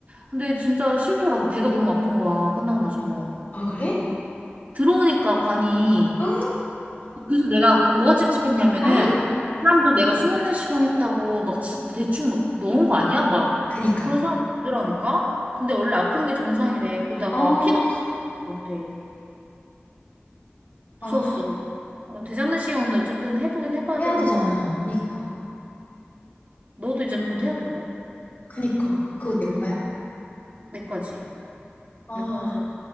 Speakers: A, on the right; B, on the left.
A: 근데 진짜 싫더라고. 배가 너무 아픈 거야. 끝나고 나서.
B: 응. 아, 그래?
A: 들어오니까 관이
B: 아,
A: 어, 그래서 내가 그 뭐가 찝찝했냐면은
B: 아,
A: 이 사람들 내가 수면내시경 했다고 막 진짜 대충 막 넣은 거 아니야? 막
B: 그니까.
A: 그런 사람 들으라니까. 근데 원래 아픈 게 정상이래. 그러다가
B: 어,
A: 피도 못해.
B: 아,
A: 무서웠어. 어, 대장내시경인데 어쨌든 해보긴 해봐야
B: 해야
A: 되니까.
B: 되잖아. 그니까.
A: 음, 너도 이제
B: 아,
A: 곧 해야 된다.
B: 그니까. 그거 내 거야?
A: 응, 내 거지.
B: 아,
A: 내 거가 제일.